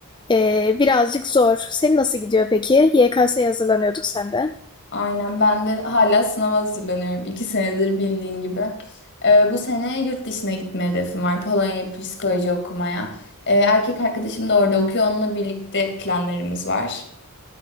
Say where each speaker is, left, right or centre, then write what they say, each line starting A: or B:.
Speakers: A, on the left; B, on the left.
A: eee, birazcık zor. Senin nasıl gidiyor peki? YKS'ye hazırlanıyordun sen de.
B: Aynen ben de hala sınava hazırlanıyorum. İki senedir bildiğin gibi. Ee, bu sene yurt dışına gitme hedefim var. Polonya'ya psikoloji okumaya. Ee, erkek arkadaşım da orada okuyor. Onunla birlikte planlarımız var.